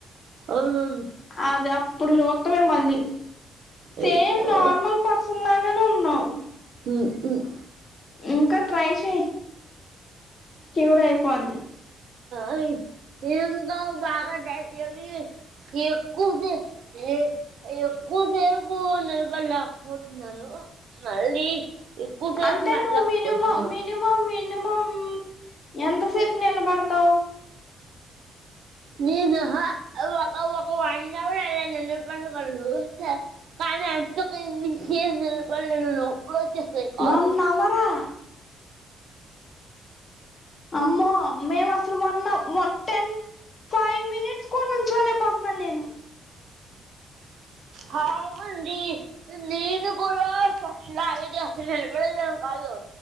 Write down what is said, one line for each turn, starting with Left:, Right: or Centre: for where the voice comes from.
Right: అవునవును
Left: అదే అప్పుడు జూత్తమె మళ్ళీ సేమ్
Right: అయ్యో
Left: నార్మల్ పర్సన్ కులాగనే ఉన్నావ్
Right: ఉమ్, ఉమ్.
Left: ఇంక ట్రై చెయ్ క్యూర్ అయిపోద్ది
Right: ఆయి ఇంకా బాగా <unintelligible> ఎక్కువద్ది ఇ ఎక్ ఎక్కువ సేపు నేనుపల్లేకపోతున్నాను మళ్ళీ ఎక్కువసేపు
Left: అంటే
Right: నడలేకపోతున్నాను
Left: నువ్ మినిమమ్ మినిమమ్ని మినిమం ఎంతసేప్ నిలబడ్తవ్?
Right: నేను ఉహు ఒక ఒక వన్ అవర్ అలా నిలబడగలను. తె కానంత పైనుంచి నిలబడలేను. వచ్చేస్తాయి కాళ్ళు
Left: వన్ అవరా అమ్మో మేం వ అసల్ వన్నా వన్ టెన్ ఫై మినిట్స్ కూడా నుంచ్చోలేకపోతున్నా నేను.
Right: హాయండి నీను గూడా ఫస్లా అసలు నిలబడేదే కాదు